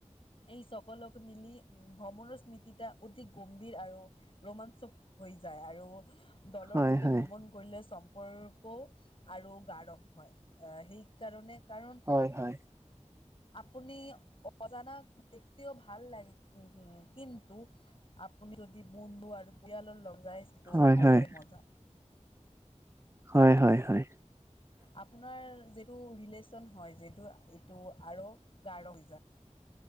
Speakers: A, on the left; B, on the right.
A: এই চকলক মিলি উ ভ্ৰমণৰ স্মৃতিটা অধিক গম্ভীৰ আৰু ৰোমাঞ্চক হৈ। যায় আৰু দলৰ
B: হয়
A: সৈতে
B: হয়
A: ভ্ৰমণ কৰিলে চব। সম্পৰ্ক আৰু গাঢ় হয় সেইকাৰণে কাৰণ।
B: হয় হয়
A: আপুনি অজানাক দেখিও ভাল লাগে উম উম্। কিন্তু আপুনি যদি বন্ধু আৰু পৰিয়ালৰ লগত। ৰাইজটো
B: হয়
A: আলাদে
B: হয়
A: মজা।
B: হয়
A: আৰু
B: হয় হয়।
A: আপোনাৰ যিটো ৰিলেচন হয় যিটো এইটো আৰু। গাঢ় হৈ যায়।